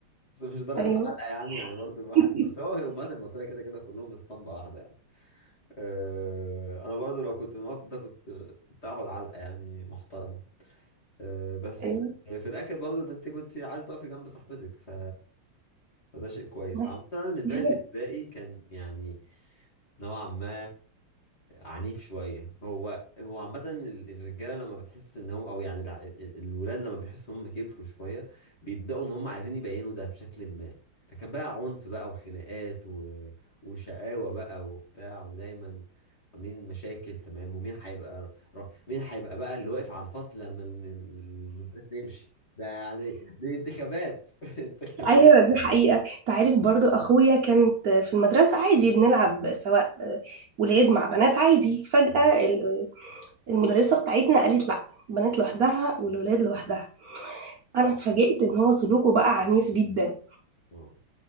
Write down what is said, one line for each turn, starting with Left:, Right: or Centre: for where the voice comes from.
Left: بس مش درجة
Right: ايوه
Left: علقة يعني يعني برضو الواحد
Right: <laughs>
Left: بس هو هي الأمهات المصرية كده كده كلهم في اسطمبة واحدة يعني أه أنا برضو لو كنت في الموقف ده كنت كنت هاخد علقة يعني محترمة أه بس
Right: ايوه
Left: في الآخر برضو ده أنت كنت عايزة تقفي جنب صاحبتك ف فده شيء كويس
Right: ما
Left: عامة أنا بالنسبة
Right: هي
Left: لي الابتدائي كان يعني نوعا ما عنيف شوية هو هو عامة ال- الرجالة لما بتحس ان هم او يعني الع- ال- ال- الولاد لما بيحسوا هم كبروا شوية بيبدأوا ان هم عايزين يبينوا ده بشكل ما فكان بقى عنف بقى وخناقات و... وشقاوة بقى وبتاع ودايما عاملين مشاكل تمام ومين هيبقى ر... ر- مين هيبقى بقى اللي واقف على الفصل لما الم- المدرس يمشي ده يعني دي انتخابات <laughs> انتخابات
Right: ايوه دي حقيقة انت عارف برضو اخويا كانت في المدرسة عادي بنلعب سواء ولاد مع بنات عادي فجأة
Left: اه
Right: ال- المدرسة بتاعتنا قالت لا البنات لوحدها والولاد لوحدها انا اتفاجئت ان هو سلوكه بقى عنيف جدا
Left: آه.